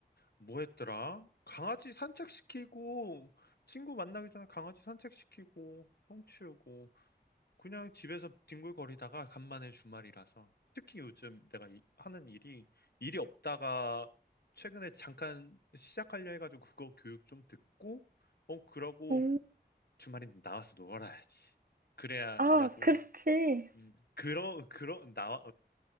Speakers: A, on the left; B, on the right.
A: 뭐 했더라? 강아지 산책시키고, 친구 만나기 전에 강아지 산책시키고, 똥치우고, 그냥 집에서 뒹굴거리다가 간만에 주말이라서. 특히 요즘 내가 이- 하는 일이, 일이 없다가 최근에 잠깐 시작하려 해가지고 그거 교육 좀 듣고, 어, 그러고
B: 오,
A: 주말에 나와서 놀아야지. 그래야
B: 아,
A: 나도,
B: 그렇지.
A: 음, 그러, 그러, 나,